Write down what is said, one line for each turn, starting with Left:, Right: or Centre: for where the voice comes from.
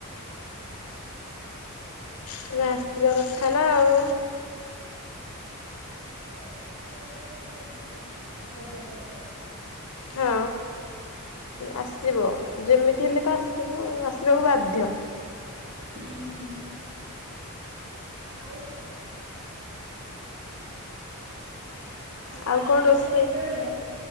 Right: ଆଉ
Left: ତମେ ଆସିବା କଥା ନା ଆଉ।
Right: ଯିବୁ ଆଉ ଯେମିତି ହେଲେ ଏଇଥର କ ଯିବୁ ଅପଯାତ୍ରାକୁ।
Left: ହଁ ଆସିବ ଯେମିତି ହେଲେ ତ ଆସିବ ଆସିବାକୁ ବାଧ୍ୟ।
Right: ହୁଁ ହୁଁ ଆଉ କଲେଜ
Left: ଆଉ କଣ ରୋଷେ
Right: କାଲି କେତେବେଳେ?